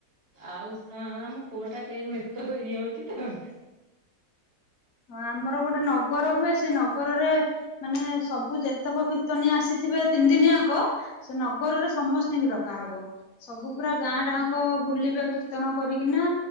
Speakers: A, on the right; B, on the left.
A: ଆଉ ହଁ ଆମ ପୁଅ ଟା ଟିକେ ବ୍ୟସ୍ତ ଇଏ ହଉଚି ତ।
B: ହଁ ଆମର ଗୋଟେ ନଗର ହୁଏ ସେ ନଗରରେ ମାନେ ସବୁ ଯେତକ କୀର୍ତ୍ତନୀଆ ଆସିଥିବେ ତିନି ଦିନିଆଁକ ସେ ନଗରରେ ସମସ୍ତିଙ୍କି ଡକାହବ। ସବୁ ପୁରା ଗାଁ ଟାଙ୍କ ବୁଲିବେ କୀର୍ତ୍ତନ କରିକିନା